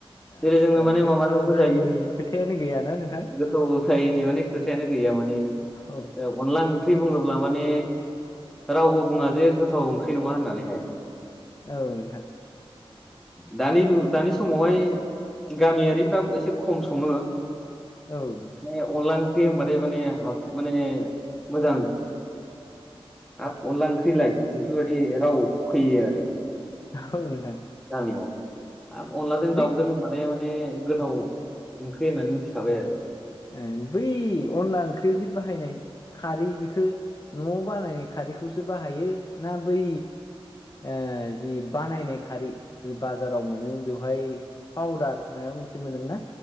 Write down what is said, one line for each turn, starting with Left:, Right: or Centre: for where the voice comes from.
Centre: जेरै
Left: आदसा
Centre: जोङो माने
Left: गोथाव
Centre: माबाजोंबो
Left: जायैनि
Centre: जायो
Left: खोथायानो गैयाना नोंथां
Centre: गोथौ थायैनि माने खोथायानो गैयामोन
Left: औ
Centre: <unintelligible> अनला ओंख्रि बुङोब्ला माने रावबो बुङा जे गोथाव ओंख्रि नङा होननानैहाय
Left: औ नोंथां
Centre: दानि दानि समावहाय गामियारिफ्राब एसे खम सङो
Left: औ नोंथां
Centre: ने अनला ओं ख्रि होनबाथाय माने हाब माने मोजां हाब अनला ओंख्रिलाय बेफोरबायदि राव फैयो आरो
Left: औ नोंथां
Centre: गामियाव हाब अनलाजों
Left: बै
Centre: दाउजों होमबाथाय माने गोथाव ओंख्रि होननानै मिथिखाबाय आरो
Left: ओम बै अनला ओंख्रियाव जि बाहायनाय खारै बेखौ न'आव बानायनाय खार खारैखौसो बाहायो ना बै ओ जि बानायनाय खारै जि बाजाराव मोनो बेवहाय पावदार मायबा मोनसे मोनोमोन ना